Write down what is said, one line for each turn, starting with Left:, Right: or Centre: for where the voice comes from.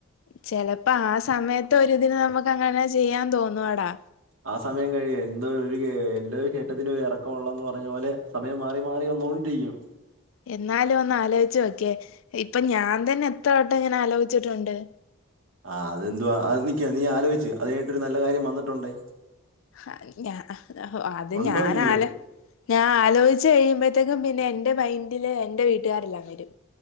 Left: ചെലപ്പ ആ സമയത്ത് ഒരിതിന് നമുക്ക് അങ്ങനെ ചെയ്യാൻ തോന്നും എടാ.
Right: ആ സമയം കഴിയെ എന്തോ. ഒരു കേ എല്ലാ ഒരു കേറ്റത്തിനും ഒരു എറക്കം ഉള്ളന്ന് പറഞ്ഞ പോലെ സമയം മാറി മാറി വന്നോണ്ടിരിക്കും.
Left: എന്നാലും ഒന്ന് ആലോചിച്ചു നോക്കിയെ ഇപ്പൊ ഞാൻ തന്നെ എത്ര വട്ടം ഇങ്ങനെ ആലോചിച്ചിട്ടുണ്ട്.
Right: ആഹ് അത് എതുവാ അത് നിക്ക് നീ ആലോചിച്ചു അത് കഴിഞ്ഞട്ട് ഒരു നല്ല കാര്യം വന്നിട്ടുണ്ടേ.
Left: ഹ ഞ അത്
Right: ഉണ്ടോ
Left: ഞാനാല
Right: ഇല്ലയോ
Left: ഞാൻ ആലോചിച്ച് കഴിയുമ്പഴത്തേക്കും പിന്നെ എന്റെ മൈൻഡില് എന്റെ വീട്ടുകാരെല്ലാം വരും.